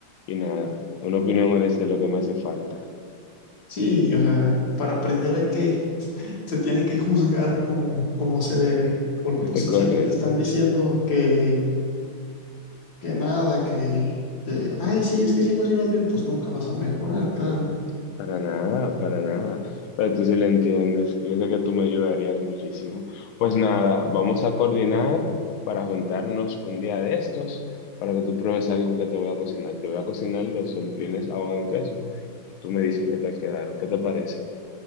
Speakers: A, on the left; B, on the left.
A: y nada, una opinión honesta es lo que me hace falta.
B: Sí, o sea, para aprender hay que, se tiene que juzgar como, como se debe,
A: <laughs>
B: porque
A: Es
B: pues si
A: correcto.
B: siempre te están diciendo que, que nada, que, que, ay, sí, es que si cocinas bien, pues nunca vas a mejorar, claro.
A: Para nada, para nada. Pero tú sí lo entiendes. Yo sé que tú me ayudarías muchísimo. Pues nada, vamos a coordinar para juntarnos un día de estos para que tú pruebes algo que te voy a cocinar. Te voy a cocinar los dumplings ahogado en queso y tú me dices qué tal quedaron. ¿Qué te parece?